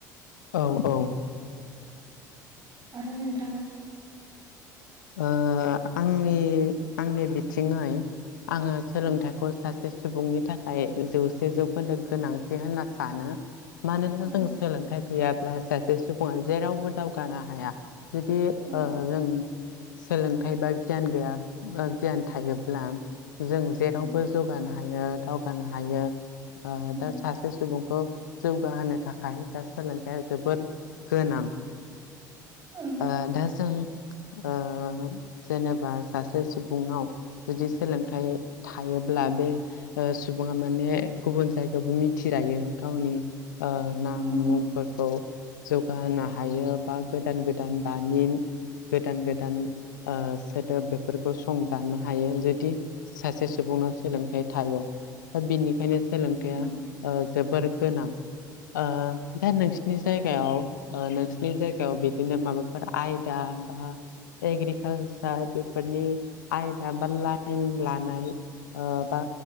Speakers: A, on the left (about 80°); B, on the right (about 35°).
A: औ औ
B: आरो नोंथाङा
A: ओ आंनि आंनि बिथिङै आङो सोलोंथाइखौ
B: औ
A: सासे सासे सुबुंनि थाखाय जौसे जौखोन्दो गोनांथि होनना सानो मानोना
B: औ
A: जों सोलोंथाइ गैयाब्ला सासे सुबुङा जेरावबो दावगानो हाया जुदि
B: औ
A: ओ जों सोलोंथाइ बा गियान गैया <unintelligible> गियान थायोब्ला जों जेरावबो
B: औ
A: जौगानो हायो दावगानो हायो ओ
B: औ
A: दा सासे सुबुंखौ जौगाहोनो थाखाय दा सोलोंथाया जोबोर गोनां
B: औ
A: ओ दा जों आ जेनेबा सासे सुबुंनाव जुदि सोलोंथाइ थायोब्ला बे ओ सुबुङा माने गुबुन जायगायावबो मिथि लायो गावनि ओ नाम
B: औ
A: मुंफोरखौ जौगाहोनो हायो बा गोदान गोदान दामिन गोदान गोदान ओ सोदोब बेफोर खौ सं दाननो हायो जुदि सासे सुबुंनाव सोलोंथाइ थायो दा बिनिखायनो सोलोंथाया
B: औ
A: ओ जोबोर गोनां ओ दा नोंसिनि जायगायाव ओ नोंसिनि जायगायाव बिदिनो माबाफोर आयदा बा एग्रिकालसार बेफोरनि आयदा बा लाइन लानाय ओ बा